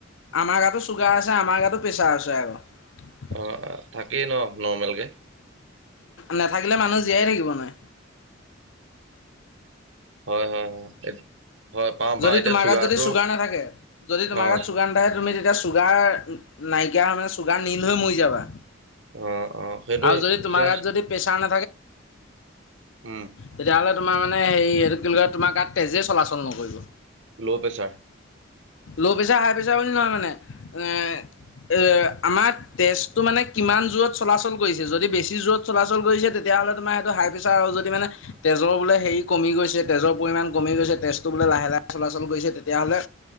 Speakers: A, on the left; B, on the right.
A: আমাৰ গাতো চুগাৰ আছে আমাৰ গাতো প্ৰেছাৰ আছে আৰু
B: অ থাকেই ন নৰ্মেল কে।
A: নাথাকিলে মানুহ জীয়াই থাকিব নাই
B: হয় হয় হয় পাওঁ পাওঁ
A: যদি
B: এতিয়া
A: তোমাৰ
B: চুগাৰটো
A: গাত যদি চুগাৰ নাথাকে, যদি তোমাৰ
B: অ
A: গাত চুগাৰ নাথাকে তুমি তেতিয়া চুগাৰ নাইকিয়া হয় মানে চুগাৰ নীল হৈ মৰি যাবা
B: অ অ সেইটোৱে
A: আৰু যদি তোমাৰ
B: এতিয়া
A: গাত যদি পেচা ন
B: উম
A: তেতিয়া হ'লে তোমাৰ হে তোমাৰ গাত তেজে চলাচল নকৰিব।
B: Low pressure
A: low pressure high pressure বুলি নহয় মানে এ এ আমাৰ তেজটো মানে কিমান জোৰত চলাচল কৰিছে যদি বেছি জোৰত চলাচল কৰিছে তেতিয়া তেতিয়াহ'লে তোমাৰ সেইটো হাই প্ৰেছাৰ আৰু যদি মানে তেজৰ বোলে হেৰি কমি গৈছে তেজৰ পৰিমাণ কমি গৈছে তেজটো বোলে লাহে লাহে চলাচল কৰিছে তেতিয়াহ'লে